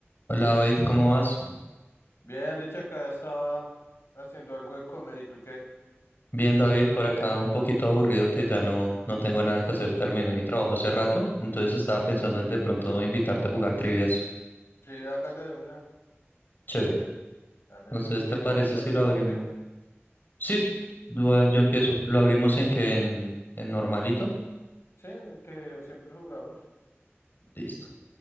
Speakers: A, on the left (about 45°); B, on the left (about 70°).
A: Hola David, ¿cómo vas?
B: Bien, Richie, acá estaba haciendo algo de comer. ¿Y tú qué?
A: Bien David, por acá un poquito aburrido que ya no, no tengo nada que hacer, terminé mi trabajo hace rato, entonces estaba pensando en de pronto invitarte a jugar trivias.
B: Sí, hágale de una.
A: Chévere.
B: Dale,
A: Entonces,
B: bro. ¿El que
A: ¿te parece
B: comienzas
A: si lo
B: tú
A: abrimos?
B: o qué?
A: Sí, lo- yo empiezo. ¿Lo abrimos en que ¿En, en normalito?
B: Sí, en el que siempre jugamos.
A: Listo.